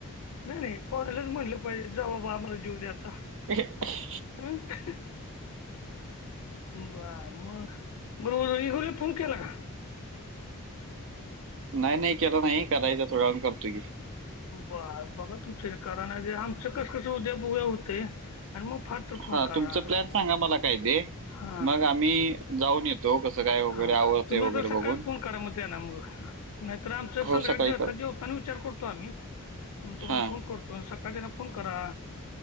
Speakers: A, on the left; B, on the right.
A: नाही नाही पाव्हण्यालाच म्हटलं पाहिजे, जा बाबा आम्हाला जेवू दे आता.
B: <inaudible>
A: अ ह ह बरं मग <unintelligible> फोन करा.
B: नाही नाही केला नाही, करायचा थोड्या वेळाने करतो की,
A: बा बघा तुमचे करा नाय ते आमचं, कस कसं बघूया उद्या होतयं आणि मग फार तर फोन
B: हा
A: करा
B: तुमच प्लॅन सांगा मला काय, ते
A: हा
B: मग आम्ही जाऊन येतो कसं काय? वगैरे
A: हा
B: आवरतंय
A: तुम्ही,
B: वगैरे
A: आता
B: बघून.
A: सकाळीच फोन करा मग त्यांना म नाही तर आमच्यात
B: हो,
A: संध्याकाळी
B: सकाळी
A: जेव
B: कळवा.
A: जेवताना विचार करतो आम्ही, तुम्हाला
B: हां,
A: फोन करतो. बरं सकाळच्यान फोन करा.